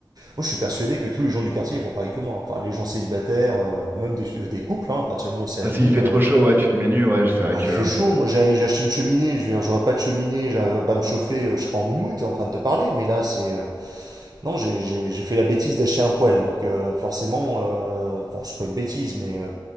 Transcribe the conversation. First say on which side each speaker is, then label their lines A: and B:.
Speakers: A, on the right (about 50°); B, on the right (about 25°).
A: Moi, je suis persuadé que tous les gens du quartier, ils font pareil que moi. Enfin, les gens célibataires, euh, ou même des, euh, des couples, hein, à partir du moment où c'est
B: Ah,
A: admis...
B: s'il fait
A: euh,
B: trop chaud, ouais, tu te mets nu, ouais, c'est vrai
A: Bah,
B: que...
A: il fait chaud, moi j'ai j'ai acheté une cheminée, je veux dire, j'aurais pas de cheminée, j'arrive pas à me chauffer, euh, je serais en moumoute en train de te parler, mais là c'est euh, non, j'ai- j'ai j'ai fait la bêtise d'acheter un poêle, donc euh, forcément, euh, bon, c'est pas une bêtise, mais, euh,